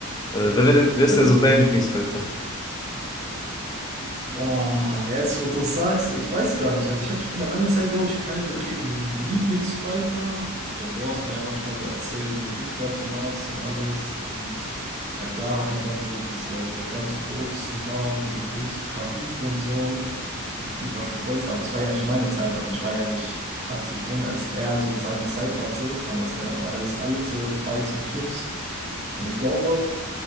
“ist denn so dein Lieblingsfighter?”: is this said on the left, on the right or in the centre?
Left